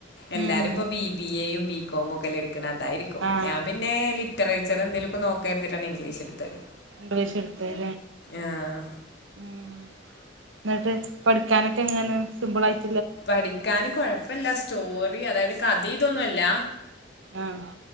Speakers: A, on the left; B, on the right.
A: എല്ലാരും
B: ഉം
A: ഇപ്പ ബി ബി എയും ബികോമും ഒക്കെല്ല എടുക്കു അതായിരിക്കും
B: ആഹ്
A: ഞാ പിന്ന ലിറ്ററേച്ചർ എന്തേലുമുംക്കെ നോക്ക എരുതിട്ടാണ് ഇംഗ്ലീഷ് എടുത്തത്
B: ഇംഗ്ലീഷ് എടുത്തത്
A: ആഹ്.
B: ലെഎന്നിട്ട് പഠിക്കാനൊക്കെങ്ങനെ സിമ്പിളായിട്ട്
A: പഠിക്കാന് കൊഴപ്പില്ല സ്റ്റോറി അതായത് കഥ ഇതൊന്നുല്ല
B: ആഹ